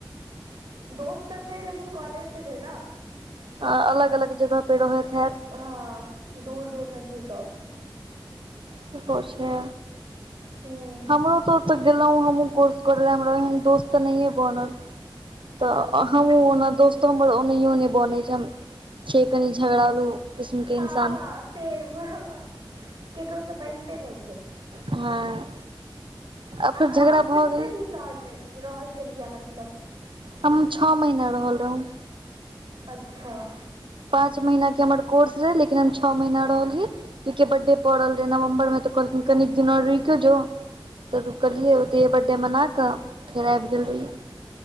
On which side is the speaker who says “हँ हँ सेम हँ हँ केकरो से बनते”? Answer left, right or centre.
Right